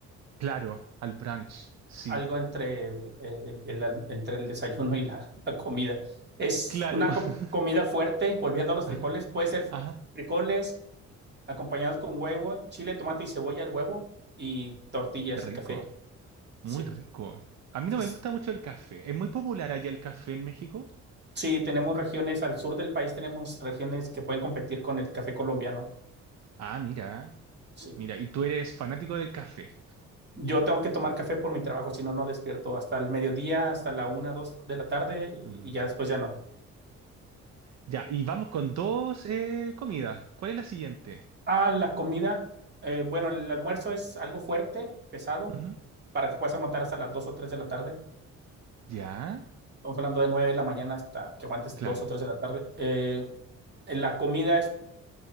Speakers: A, on the right; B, on the right.
A: Claro, al brunch, sí.
B: algo entre el, el- el- el- entre el desayuno y la, la comida. Es
A: Claro.
B: una com-
A: <laughs>
B: comida fuerte, volviendo a los
A: Ajá,
B: frijoles, puede ser
A: ajá.
B: frijoles acompañados con huevo, chile, tomate y cebolla, el huevo, y tortillas
A: Qué rico,
B: y café.
A: muy
B: Sí.
A: rico. A mí
B: Entonces,
A: no me gusta mucho el café. ¿Es muy popular allá el café en México?
B: sí, tenemos regiones, al sur del país tenemos regiones que pueden competir con el café colombiano.
A: Ah, mira,
B: Sí.
A: mira. Y tú eres fanático del café.
B: Yo tengo que tomar café por mi trabajo, si no, no despierto hasta el mediodía, hasta la una, dos de la tarde y
A: Mm.
B: ya después ya no.
A: Ya, y vamos con dos eh, comidas. ¿Cuál es la siguiente?
B: Ah, la comida, eh, bueno, el almuerzo es algo fuerte, pesado,
A: Ujú.
B: para que puedas aguantar hasta las dos o tres de la tarde.
A: Ya,
B: Estamos hablando de nueve de la mañana hasta que aguantes
A: claro.
B: dos o tres de la tarde. Eh, la comida es,